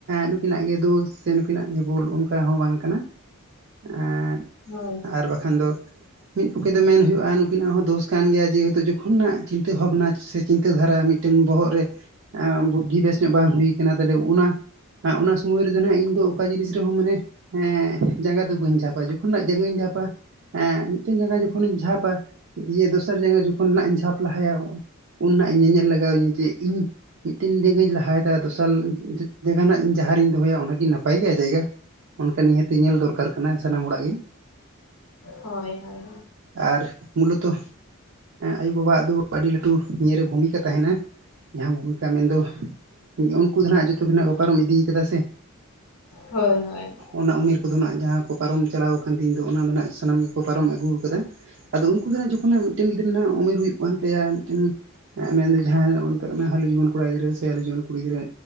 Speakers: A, on the right; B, on the left.
A: ᱱᱩᱠᱤᱱᱟᱜ ᱜᱮ ᱫᱳᱥ ᱥᱮ ᱱᱩᱠᱤᱱᱟᱜ ᱜᱮ ᱵᱷᱩᱞ ᱚᱱᱠᱟ ᱦᱚᱸ ᱵᱟᱝ ᱠᱟᱱᱟ ᱾ ᱟᱨ
B: ᱦᱳᱭ
A: ᱟᱨ ᱵᱟᱠᱷᱟᱱ ᱫᱚ ᱢᱤᱫ ᱯᱚᱠᱠᱷᱮ ᱫᱚ ᱢᱮᱱ ᱦᱳᱭᱳᱼᱟ ᱱᱩᱠᱤᱱᱟᱜ ᱦᱚᱸ ᱫᱳᱥ ᱠᱟᱱ ᱜᱮᱭᱟ ᱡᱮᱦᱮᱛᱩ ᱡᱚᱠᱷᱚᱱᱟᱜ ᱪᱤᱱᱛᱟᱹ ᱵᱷᱟᱵᱱᱟ ᱥᱮ ᱪᱤᱱᱛᱟᱹ ᱫᱷᱟᱨᱟ ᱢᱤᱫᱴᱮᱱ ᱵᱚᱦᱚᱜ ᱨᱮ ᱵᱩᱫᱽᱫᱷᱤ ᱵᱮᱥ ᱧᱚᱜ ᱵᱟᱝ ᱦᱩᱭᱩ ᱟᱠᱟᱱᱟ ᱛᱟᱦᱚᱞᱮ ᱚᱱᱟ ᱟᱨ ᱚᱱᱟ ᱥᱚᱢᱚᱭ ᱨᱮᱫᱚ ᱦᱟᱸᱜ ᱤᱧ ᱫᱚ ᱚᱠᱟ ᱡᱤᱱᱤᱥ ᱨᱮᱦᱚᱸ ᱢᱟᱱᱮ ᱮᱜ ᱡᱟᱸᱜᱟ ᱫᱚ ᱵᱟᱹᱧ ᱡᱷᱟᱯᱟ ᱛᱚᱠᱷᱚᱱᱟᱜ ᱡᱟᱸᱜᱟᱧ ᱡᱷᱟᱯᱟ ᱮᱸ ᱢᱤᱫᱴᱮᱱ ᱡᱟᱸᱜᱟ ᱡᱚᱠᱷᱤᱧ ᱡᱷᱟᱯᱟ ᱫᱤᱭᱮ ᱫᱚᱥᱟᱨ ᱡᱟᱸᱜᱟ ᱡᱚᱠᱷᱚᱱ ᱱᱟᱜ ᱤᱧ ᱡᱷᱟᱯ ᱞᱟᱦᱟᱭᱟ ᱩᱱ ᱱᱟᱜ ᱧᱮᱧᱮᱞ ᱞᱟᱜᱟᱣ ᱤᱧ ᱡᱮ ᱤᱧ ᱢᱤᱫᱴᱮᱱ ᱡᱟᱹᱜᱟᱧ ᱞᱟᱦᱟᱭᱮᱫᱟ ᱫᱚᱥᱟᱨ ᱡᱟᱺᱜᱟ ᱱᱟᱜ ᱡᱟᱦᱟ ᱨᱤᱧ ᱫᱚᱦᱚᱭᱟ ᱚᱱᱟᱜᱮ ᱱᱟᱯᱟᱭ ᱜᱮᱭᱟ ᱡᱟᱭᱜᱟ ᱚᱱᱠᱟ ᱱᱤᱦᱟᱹᱛᱤ ᱧᱮᱞ ᱫᱚᱨᱠᱟᱨ ᱠᱟᱱᱟ ᱥᱟᱱᱟᱢ ᱦᱚᱲᱟᱜ ᱜᱮ ᱾
B: ᱦᱳᱭ ᱦᱳᱭ
A: ᱟᱨ ᱢᱩᱞᱚᱛᱚ ᱟᱭᱩ ᱵᱟᱵᱟᱣᱟᱜ ᱫᱚ ᱟᱹᱰᱤ ᱞᱟᱹᱴᱩ ᱱᱤᱭᱟᱹᱨᱮ ᱵᱷᱩᱢᱤᱠᱟ ᱛᱟᱦᱮᱱᱟ ᱡᱟᱦᱟᱸ ᱵᱷᱩᱢᱤᱠᱟ ᱢᱮᱱᱫᱚ ᱩᱱᱠᱩ ᱫᱚ ᱱᱟᱜ ᱡᱚᱛᱚ ᱜᱮ ᱱᱟ ᱱᱟᱜ ᱯᱟᱨᱚᱢ ᱤᱫᱤ ᱠᱟᱫᱟ ᱥᱮ
B: ᱦᱳᱭ ᱦᱳᱭ
A: ᱚᱱᱟ ᱩᱢᱮᱨ ᱠᱚᱫᱚ ᱱᱟᱜ ᱡᱟᱦᱟᱸ ᱠᱚ ᱯᱟᱨᱚᱢ ᱪᱟᱞᱟᱣ ᱟᱠᱟᱱ ᱫᱤᱱ ᱫᱚ ᱚᱱᱟ ᱫᱚ ᱱᱟᱜ ᱥᱟᱱᱟᱢ ᱜᱮᱠᱚ ᱯᱟᱨᱚᱢ ᱟᱹᱜᱩ ᱠᱟᱫᱟ ᱾ ᱟᱫᱚ ᱩᱱᱠᱩ ᱫᱚᱱᱟᱜ ᱡᱚᱠᱷᱚᱱ ᱱᱟᱜ ᱢᱤᱫᱴᱮᱱ ᱜᱤᱫᱽᱨᱟᱹ ᱦᱟᱜ ᱩᱢᱮᱨ ᱦᱩᱭᱩᱜ ᱠᱟᱱ ᱛᱟᱭᱟ ᱢᱤᱫᱴᱮᱱ ᱸ ᱢᱮᱱᱫᱚ ᱡᱟᱦᱟᱸᱭᱱᱟᱜ ᱵᱚᱱ ᱢᱮᱛᱟᱜ ᱠᱟᱱᱟ ᱦᱟᱞᱤ ᱡᱩᱣᱟᱹᱱ ᱠᱚᱲᱟ ᱜᱤᱫᱽᱨᱟᱹ ᱥᱮ ᱦᱟᱞᱤ ᱡᱩᱣᱟᱹᱱ ᱠᱩᱲᱤ ᱜᱤᱫᱽᱟᱹ